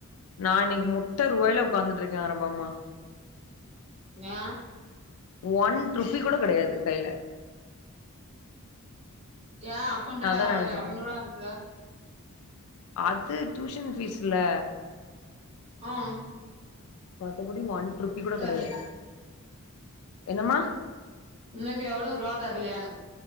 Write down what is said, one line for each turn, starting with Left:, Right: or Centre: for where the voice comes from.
Left: நா இன்னைக்கு முட்ட ரூவாயில உக்காந்துட்ருக்கே அரபம்மா
Right: ஏ
Left: ஒன் ருப்பீ கூட கெடையாது கைல
Right: ஏ அக்கௌண்டல
Left: நா அதா நெனச்சிருக்கே
Right: ஒரு எரநூரூவா இருக்கு
Left: அது டியூஷன் ஃபீஸ்ல
Right: ஆம்
Left: மத்தபடி ஒன்ருபி கூட கெடையாது
Right: வரலையா
Left: என்னம்மா
Right: உன்னக்கு எவ்ளவு ரூவா தரலையானு